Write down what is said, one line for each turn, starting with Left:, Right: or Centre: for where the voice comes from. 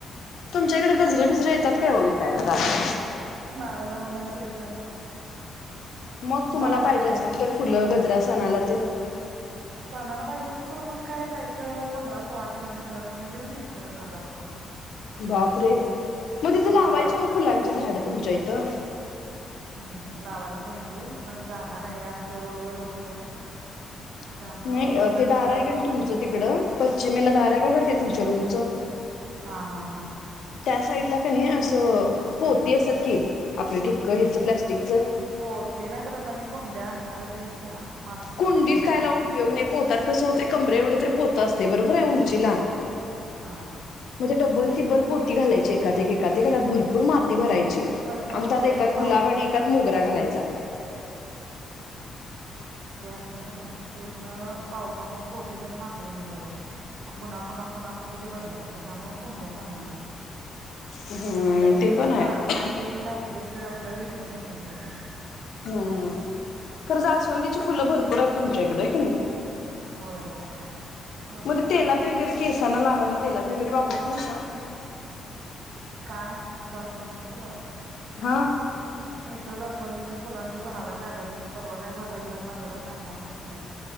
Left: तुमच्याकडे गजरे बिजरे येतात काय ओ विकायला दारावर?
Right: नाही नाही नाही, येत नाहीत.
Left: मग तुम्हाला
Right: जाय लागतय
Left: पाहिजे असली तर, फुलं, गजरा सणाला तेन?
Right: सणाला पाहिजे असलं तर, मग काय जायचं पंधरा सोळा किलोमीटर आणि घेऊन यायचं बाजारातून.
Left: बापरे! मग तिथं
Right: उस्मानबाद
Left: लावायची ओ फुलांची झाडं तुमच्या इथं.
Right: हम लावायला पाहिजे, पण जागा नाहीये आमचं रोडवरचं घर आहे.
Left: <unintelligible>
Right: त्यामुळं
Left: नाही
Right: फुलांची
Left: ते दार
Right: झाडं
Left: आहे कि
Right: लावता
Left: नाही, तुमचं
Right: येत
Left: तिकडं पश्चिमेला दार आहे बघा ते तुमच्या रूमचं.
Right: हा. हा हा
Left: त्या साईडला क नाही असं पोती असतात, की आपले ठिक्क ह्याचं प्लास्टिकचं.
Right: पोती नाही तर, आता मी कुंड्या आणणार आहे त्या ह्याच्या मातीच्या
Left: कुंडीत
Right: चिनी मातीच्या
Left: काय लावुन उपयोग नाही, पोत्यात कसं होतय कमरे एवढे तरी पोतं असतयं. ते बरोबर आहे उंचीला?
Right: हा.
Left: डबल तिब्बल पोती घालायची, एकात एक एकात एक आणि त्यात भरपूर माती भरायची. ची
Right: कसं
Left: आणी
Right: होतय
Left: त्यात एकात
Right: पाऊस
Left: गुलाब आणि एकात मोगरा घालायचा.
Right: <unintelligible> कनइ पूर्ण पावसामुळं पोती तेन मात्री होऊन जातात, मग पुन्हा पुन्हा पुन्हा कुठं ते बदलायचं त्यामुळे कुड्यांच आणणार आहे.
Left: हम्म
Right: कुंड्यात कस
Left: ते पण आहे
Right: काळे माते घातले की आपला विषय मिटून जात
Left: हम्म खरं जास्वंदीची फुलं भरपूर आहेत तुमच्या इकडे हाय की नाही
Right: होय होय होय भरपूर
Left: मग
Right: आहेत.
Left: तेलात वगैरे केसाांना लावायला तेलात वगैरे वापरत नायसा
Right: काय जासवंदीची फुलं
Left: हा
Right: तर जासवंदीच्या फुलांचे झाडं काढल्यात म्हणजे परवा काय झालं घर बांधला काढल्यामुळे कि नाय